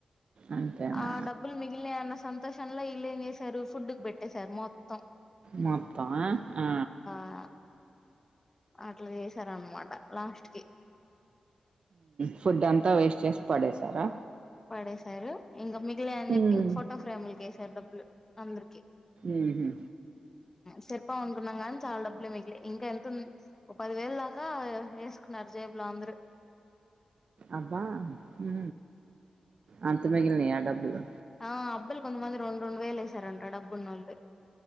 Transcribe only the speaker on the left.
ఆ డబ్బుల్ మిగిలినయ్ అన్న స షన్ంలో ఈళ్ళు ఏం చేశారు ఫుడ్డుకి పెట్టేశారు మొత్తం
ఆ అట్లా చేసారన్నమాట లాస్ట్ కి
పడేశారు ఇంకా మిగిలాయి అని చెప్పి
ఇంక ఫోటో ఫ్రేములకేసారు డబ్బులు అందరికి
సరిపోవు అనుకున్నాం కానీ చాలా డబ్బులు మిగిలి ఇంకా ఎంత ఓ పది వేలు దాకా వేసుకున్నారు జేబులో అందరు
ఆబ్బయిలు కొంతమంది రెండు రెండు వేలు వేసారంటా డబ్బున్నోళ్లు